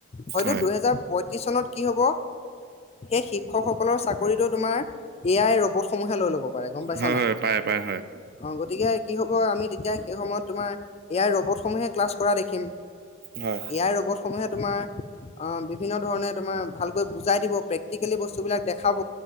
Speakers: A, on the left (about 30°); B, on the right (about 50°).
A: হয়তো
B: হয়
A: দুহেজাৰ পয়ত্ৰিছ চনত কি হ'ব, এই শিক্ষকসকলৰ চাকৰিটো তোমাৰ এ আই ৰ'বট স মূহে লৈ ল'ব পাৰে, গম পাইছা
B: হয়
A: নাই?
B: হয় পাৰে পাৰে হয়
A: অ' গতিকে কি হ'ব আমি তেতিয়া সেই সময়ত তোমাৰ এ আই ৰ'বট সমূহে ক্লাছ কৰা দেখিম।
B: হয়
A: এ আই ৰ'বটসমূহে তোমাৰ অ'! বিভিন্ন ধৰণে তোমাৰ ভালকৈ বুজাই দিব, প্ৰেক্টিকেলি বস্তুবিলাক দেখাব।